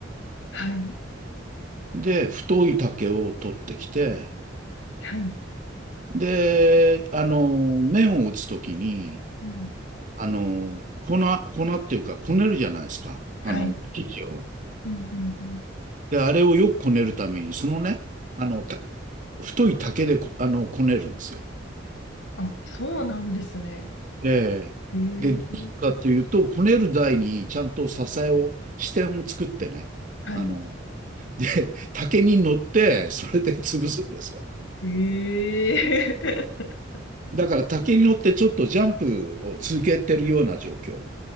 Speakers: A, on the left; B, on the right.
A: はい、
B: で、太い竹を取ってきて、
A: はい、
B: で、あの、麺を打つときに、
A: うん、
B: あの、粉、粉っていうか、こねるじゃないですか。あの、
A: はい、
B: 生地を。
A: うん、うん、うん。
B: で、あれをよくこねるために、そのね、あの、た太い竹でこ、あの、こねるんですよ。
A: あ、そうなんですね。
B: ええで、
A: えー、
B: どうするかというと、こねる台にちゃんと支えを、支点を作ってね、
A: はい、
B: あの、
A: は
B: <laughs> 竹に乗って、それで潰すんですよ。
A: い、えー、<laughs>
B: だから竹に乗ってちょっとジャンプを続けてるような状況。